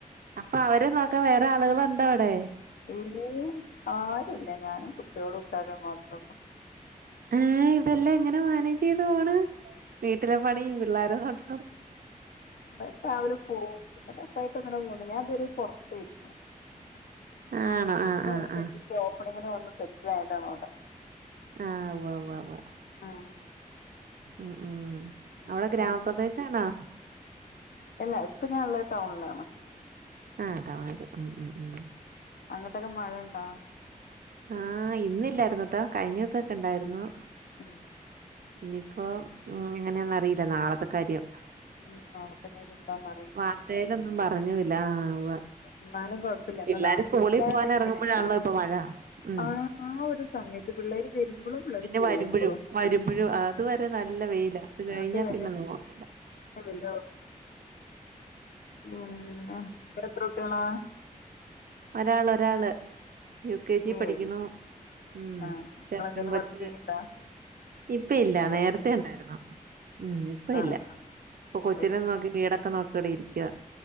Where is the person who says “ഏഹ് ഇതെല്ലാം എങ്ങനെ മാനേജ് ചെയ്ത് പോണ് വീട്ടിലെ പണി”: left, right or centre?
Right